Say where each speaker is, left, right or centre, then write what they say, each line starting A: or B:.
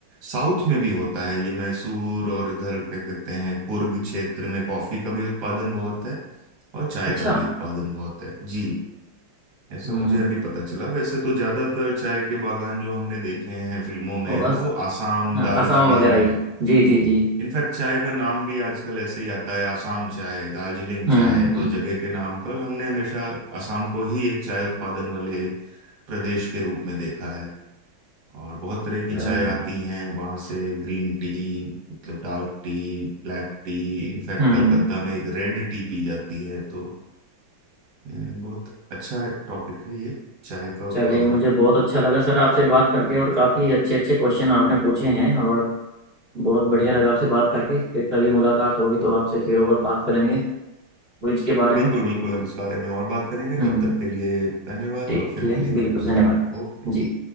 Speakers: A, on the right (about 60°); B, on the right (about 45°).
A: साउथ में भी होता है ये मैसूर और इधर क्या कहते हैं कुर्ग क्षेत्र में कॉफी का भी उत्पादन बहुत है और चाय
B: अच्छा
A: का भी उत्पादन बहुत है जी ऐसा
B: हम्म
A: मुझे अभी पता चला वैसे तो ज्यादातर चाय के बागान जो हमने देखे हैं फिल्मों में
B: और अस,
A: वो आसाम
B: हाँ
A: दार्जिलिंग
B: असम वगैरह ही जी जी जी
A: इनफैक्ट चाय का नाम भी आजकल ऐसे ही आता है आसाम चाय दार्जिलिंग
B: हम्म
A: चाय
B: हम्म
A: तो जगह के नाम पर हमने हमेशा आसाम को ही एक चाय उत्पादन वाले प्रदेश के रूप में देखा है और बहुत तरह की
B: चलिए,
A: चाय आती हैं वहाँ से ग्रीन टी मतलब dark tea black tea in fact
B: हम्म
A: Calcutta में एक रेड टी पी जाती है तो अ, बहुत अच्छा टॉपिक है ये चाय का उत्पादन
B: चलिए मुझे
A: का
B: बहुत अच्छा लगा सर आपसे बात करके और काफ़ी अच्छे अच्छे क्वेश्चन आपने पूछे हैं और बहुत
A: हम्म।
B: बढ़िया लगा आपसे बात करके फिर कभी मुलाकात होगी तो आपसे फिर और बात करेंगे क्विज के बारे
A: बिल्कुल
B: में
A: बिल्कुल हम इस बारे में और बात करेंगे
B: हम्म
A: तब तक के लिए धन्यवाद
B: ठीक
A: और फिर
B: है
A: मिलेंगे
B: बिल्कुल
A: दोस्त
B: धन्यवाद
A: ओके
B: जी